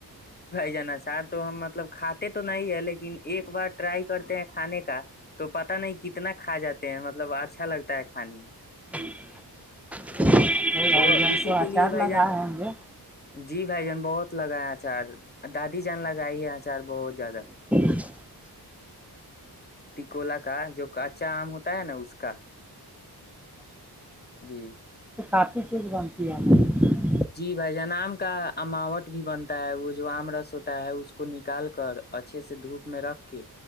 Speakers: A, on the left; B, in the centre.
A: جانا چاہ تو ہم مطلب کاتے تھ تو نہیں ہے لیکن ایک بار ٹرائی کرتے ہیں کھانے کا تو پتا نہیں کتنا کھا جاتے ہیں مطلب اچھا لگتا ہے کھانے میں
B: <unintelligible>
A: وہ
B: جان
A: اسی
B: تو
A: کے
B: اچار
A: لیے بھائی
B: لگائے
A: جان
B: ہوں گے
A: جی بھائی جان بہت لگایا تھا اچار دادی جان لگائی ہے آچار بہت زیادہ
B: <unintelligible>
A: ٹکولا کا جو کچا آم ہوتا ہے نا اس کا
B: ہاں
A: جی
B: کافی چیز بنتی ہے ہم
A: جی بھائی جان آم کا اماوٹ بھی بنتا ہے وہ جو آم رس ہوتا ہے اس کو نکال کر اچھے سے دھوپ میں رکھ کے